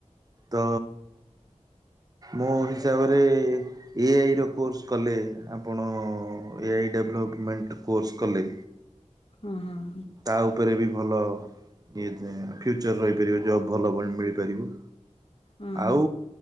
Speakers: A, on the right; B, on the left.
A: ତ ମୋ ହିସାବରେ ଏ ଆଇ ର କୋର୍ସ୍ କଲେ ଆପଣ ଏ ଆଇ ଡେଭଲପମେଣ୍ଟ୍ କୋର୍ସ୍ କଲେ
B: ଅଁ ହଁ।
A: ତା ଉପରେ ବି ଭଲ ଇଏ ଫ୍ୟୁଚର୍ ରହିପାରିବ। ଜବ୍ ଭଲ ବ ମିଳିପାରିବ।
B: ହୁଁ ହୁଁ
A: ଆଉ